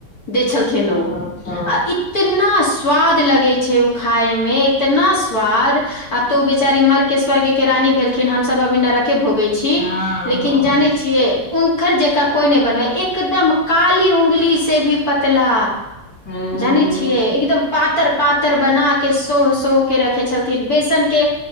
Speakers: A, on the left (about 40°); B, in the centre.
A: दे छलथिन ओ
B: <unintelligible>
A: आ इतना स्वाद लगै छै उ खाय मे इतना स्वाद आब तो उ बेचारी मर के स्वर्ग के रानी भेलखिन हमसब अभी नरक के भोगै छी
B: हँ
A: लेकिन जानै
B: हँ
A: छियै उनखर जकाँ कोइ नहि बनबै एकदम काली उंगली से भी पतला
B: हँ हूँ
A: जानै छियै
B: हूँ
A: एकदम पा पातर पातर बना के सोह सोह के रखे छलथिन बेसन के